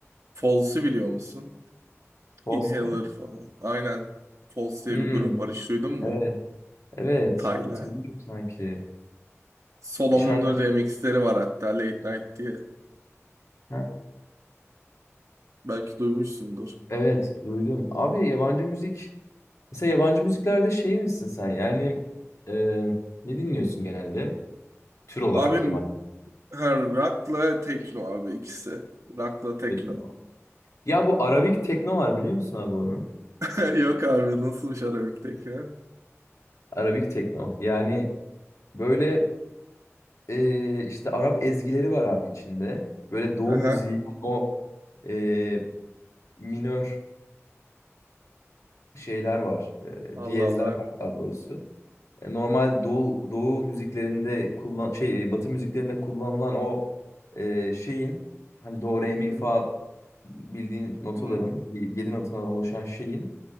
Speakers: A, on the right (about 75°); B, on the left (about 75°).
A: Falls'u biliyor musun?
B: Boss
A: Inhaler
B: mu?
A: falan. Aynen. Falls diye
B: Hmm.
A: bir grup var. Hiç duydun
B: Evet,
A: mu?
B: evet.
A: Tayla.
B: Hatırlıyorum sanki.
A: Solomon'un
B: Bir şarkı.
A: da remixleri var hatta Late Night diye.
B: Ha,
A: Belki duymuşsundur.
B: Evet, duydum. Abi yabancı müzik. Mesela yabancı müziklerde şey misin sen? Yani e, ne dinliyorsun genelde? Tür olarak
A: Abi
B: yabancı.
A: her rock'la tekno abi ikisi. Rock'la tekno.
B: Tekno. Ya bu Arabik tekno var biliyor musun abi onu?
A: <laughs> Yok abi nasılmış Arabik'teki? ha?
B: Arabik tekno. Yani böyle e, işte Arap ezgileri var abi içinde. Böyle Doğu
A: Aha.
B: müziği o e, minör şeyler var. E,
A: Allah
B: diyezler
A: Allah.
B: var daha doğrusu. E, Normal doğu, doğu müziklerinde kullan şey e, batı müziklerinde kullanılan o e, şeyin hani do re mi
A: Hı hı.
B: fa bildiğin notaların
A: Hı hı.
B: yedi notadan oluşan şeyin